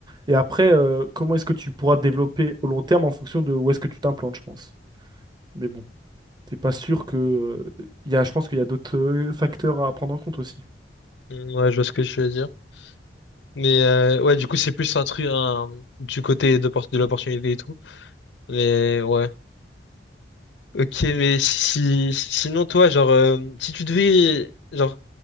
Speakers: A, on the right (about 25°); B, on the left (about 85°).
A: Et après, euh, comment est-ce que tu pourras te développer au long terme en fonction de où est-ce que tu t'implantes, je pense. Mais bon t'es pas sûr que. Il y a, je pense qu'il y a d'autres euh, facteurs à prendre en compte aussi.
B: Mm, ouais, je vois ce que je veux dire. Mais euh, ouais, du coup, c'est plus un truc un, du côté de, de l'opportunité et tout. Mais ouais. Ok, mais si, si- sinon toi, genre euh, si tu devais genre